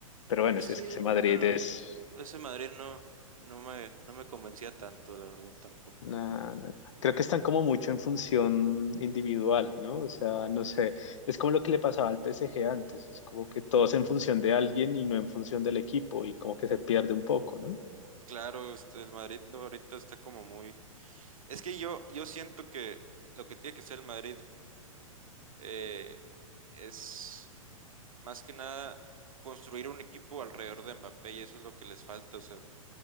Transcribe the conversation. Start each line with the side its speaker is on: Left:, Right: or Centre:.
Left: Pero bueno,
Right: Pues
Left: si
Right: Sí,
Left: es que ese Madrid
Right: pero
Left: es.
Right: ese Madrid no, no me, no me convencía tanto, la verdad, tampoco.
Left: No, no, no. Creo que están como mucho en función individual, ¿no? O sea, no sé, es como lo que le pasaba al PSG antes, es como que todos en función de alguien y no en función del equipo y como que se pierde un poco, ¿no?
Right: Claro, este, el Madrid no, ahorita está como muy... Es que yo, yo siento que lo que tiene que ser el Madrid eh, es más que nada construir un equipo alrededor de Mbappé y eso es lo que les falta. O sea,